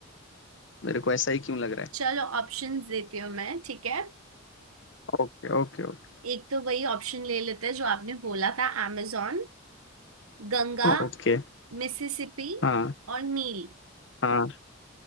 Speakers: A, on the left; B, on the right.
A: मेरे को ऐसा ही क्यों लग रहा है
B: चलो ऑप्शंस देती हूँ मैं ठीक है
A: Okay okay okay
B: एक तो वही ऑप्शन ले लेते हैं जो आपने बोला था amazon गंगा
A: ओके
B: मिसिसिपी
A: हाँ
B: और नील
A: हाँ